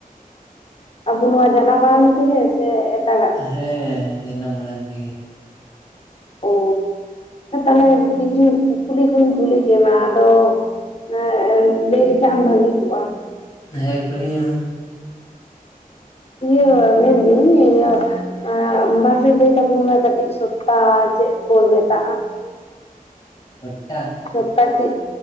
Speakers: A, on the left; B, on the left.
A: ᱟᱵᱚ ᱱᱚᱣᱟ ᱡᱟᱱᱟᱢ ᱟᱲᱟᱝ ᱛᱮᱜᱮ? ᱥᱮ ᱮᱴᱟᱜᱟ
B: ᱦᱮᱸ ᱡᱟᱱᱟᱢ ᱢᱟᱝ ᱛᱮᱜᱮ᱾
A: ᱚ ᱛᱟᱦᱞᱮ ᱠᱤᱪᱷᱩ ᱠᱩᱞᱤ ᱠᱩᱧ ᱠᱩᱞᱤ ᱠᱮᱢᱟ᱾ ᱟᱫᱚ ᱦᱮ ᱮᱸ ᱞᱟᱹᱭ ᱞᱮᱠᱷᱟ ᱮᱢ ᱵᱷᱟᱹᱜᱤ ᱠᱚᱜᱼᱟ ᱾
B: ᱦᱮᱸ ᱠᱩᱞᱤᱧ ᱢᱮ ᱢᱟ᱾
A: ᱤᱭᱟᱹ ᱢᱮᱱᱫᱤᱧ ᱤᱭᱟᱹ᱾ ᱮ ᱢᱟᱥᱮ ᱞᱟᱹᱭ ᱛᱟᱵᱚᱱ ᱢᱮ ᱠᱟᱹᱴᱤᱡ ᱥᱚᱯᱛᱟ ᱪᱮᱫ ᱠᱚ ᱢᱮᱛᱟ?
B: ᱥᱳᱯᱛᱟᱦ
A: ᱥᱚᱯᱛᱟ ᱪᱮᱫ,